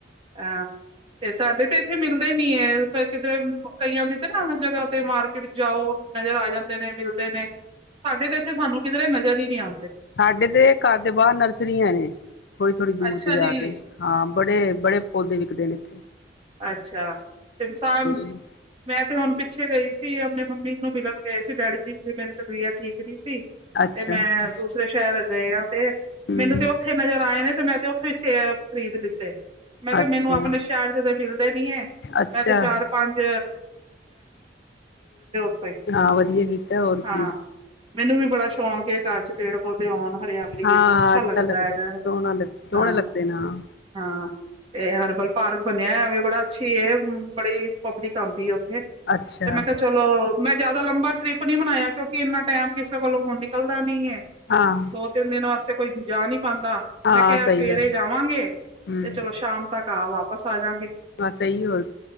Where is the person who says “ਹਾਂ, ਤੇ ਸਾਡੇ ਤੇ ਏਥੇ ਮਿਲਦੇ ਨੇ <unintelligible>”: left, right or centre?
Right